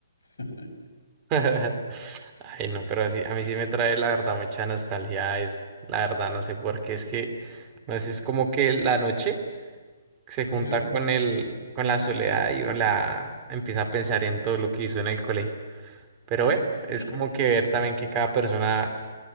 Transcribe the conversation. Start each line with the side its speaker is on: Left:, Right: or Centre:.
Left: <laughs>
Right: <laughs> Ay, no, pero así, a mí sí me trae la verdad mucha nostalgia eso. La verdad, no sé por qué, es que, no sé, es como que la noche se junta
Left: Ujú.
Right: con el, con la soledad y uno la empieza a pensar en todo lo que hizo en el colegio. Pero bueno,
Left: Y-
Right: es como que ver también que cada persona